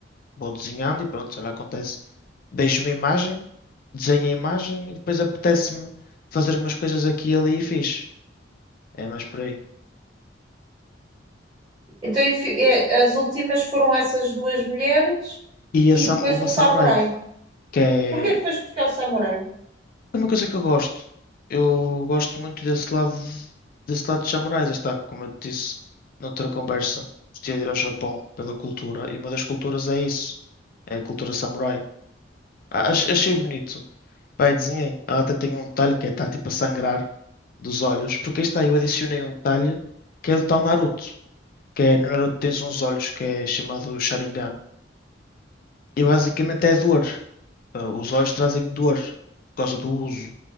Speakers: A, on the left (about 50°); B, on the right (about 25°).
A: Vou desenhando e pronto, olha, acontece. Vejo uma imagem, desenho a imagem e depois apetece-me fazer umas coisas aqui e ali e fiz. É mais por aí.
B: Então, e fi- e as últimas foram essas duas mulheres
A: E
B: e
A: a sam-
B: depois
A: uma
B: um
A: samurai,
B: samurai.
A: que é
B: Porquê é que foste buscar o samurai?
A: É uma coisa que eu gosto. Eu gosto muito desse lado, desse lado de samurais. Aí Está, como eu te disse noutra conversa, gostaria de ir ao Japão pela cultura. E uma das culturas é isso. É a cultura samurai. A- ach- Achei bonito. Pai, desenhei. Ela até tem um detalhe que é, está tipo a sangrar dos olhos. Porque aí está, eu adicionei um detalhe que é do tal Naruto. Que é, no Naruto tens uns olhos que é chamado Sharingan. E basicamente é dor. Ah, Os olhos trazem dor por causa do uso.